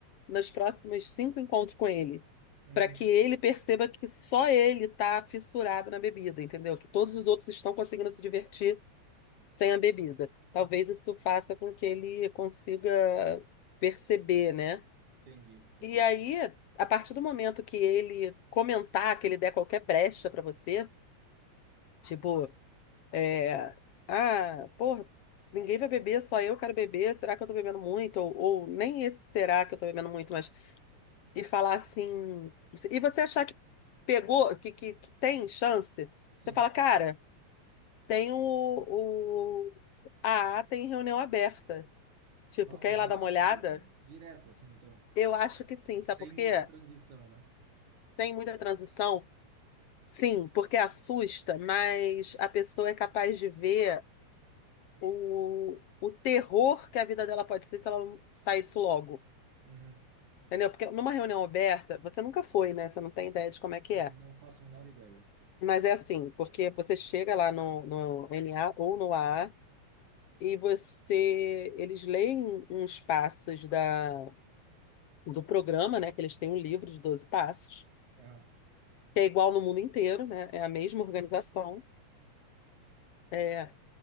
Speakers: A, on the left; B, on the right.
A: nos próximos cinco encontros com ele,
B: Uhum.
A: para que ele perceba que só ele tá fissurado na bebida, entendeu? Que todos os outros estão conseguindo se divertir sem a bebida. Talvez isso faça com que ele consiga perceber, né?
B: Entendi, entendi.
A: E aí, a partir do momento que ele comentar, que ele der qualquer brecha pra você, tipo, é, ah, porra, ninguém vai beber, só eu quero beber, será que eu tô bebendo muito? Ou, ou nem esse será que eu tô bebendo muito, mas e falar assim, e você achar que pegou, que, que, que tem chance,
B: Sim.
A: você fala, cara, tem o, o a A tem reunião aberta. Tipo,
B: Nossa,
A: quer
B: já,
A: ir lá dar uma olhada?
B: já direto, assim, então.
A: Eu acho que sim,
B: Sem
A: sabe por
B: muita
A: quê?
B: transição, né?
A: Sem muita transição, sim, porque assusta, mas a pessoa é capaz de ver o, o terror que a vida dela pode ser se ela não sair disso logo.
B: Uhum.
A: Entendeu? Porque numa reunião aberta, você nunca foi, né? Você não tem ideia de como é que
B: Não
A: é.
B: faço a menor ideia.
A: Mas é assim, porque você chega lá no, no NA ou no A A e você, eles leem uns passos da, do programa, né? Que eles têm um livro de 12 passos.
B: Aham.
A: que é igual no mundo inteiro, né? É a mesma organização. É.